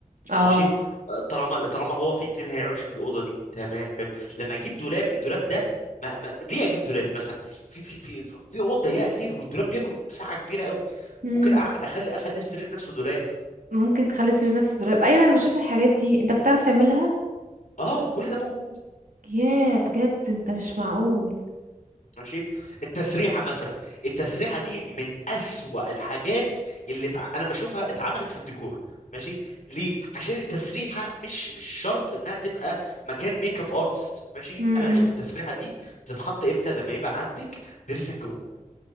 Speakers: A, on the right; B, on the left.
A: اه
B: ماشي آه، طالما طالما هو في اتنين هيعيشوا في الاوضه دي تمام حلو لما اجيب دولاب الدولاب ده ما... ما... ليه اجيب دولاب مثلا في في في في اوض ضيقه كتير والدولاب بياكل مساحه كبيره قوي
A: مم.
B: ممكن اعمل اخلي اخلي السرير نفسه دولاب
A: ممكن تخلي السرير نفسه دولاب ايوه انا بشوف الحاجات دي انت بتعرف تعملها
B: اه كل ده موجود
A: ياه بجد انت مش معقول
B: ماشي التسريحه مثلا التسريحه دي من اسوأ الحاجات اللي تع... انا بشوفها اتعملت في الديكور ماشي ليه عشان التسريحه مش مش شرط انها تبقى مكان ميك اب ارتست ماشي
A: مم.
B: انا اشوف التسريحه دي تتحط امتى لما يبقى عندك دريسنج روم